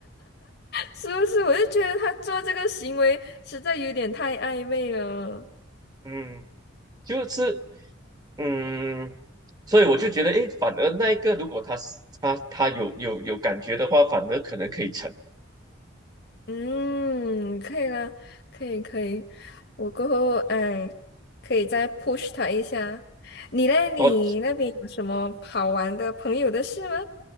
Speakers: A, on the left (about 55°); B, on the right (about 20°).
A: 是不是？我就觉得他做这个行为实在有点太暧昧了。
B: <laughs> 嗯，就是嗯，所以我就觉得，哎，反而那一个如果他是他他有有有感觉的话，反而可能可以成。
A: 嗯，可以了，可以可以，我过后哎，可以再 push 他一下。你嘞？你那边有什么好玩的朋友的事吗？
B: 哦，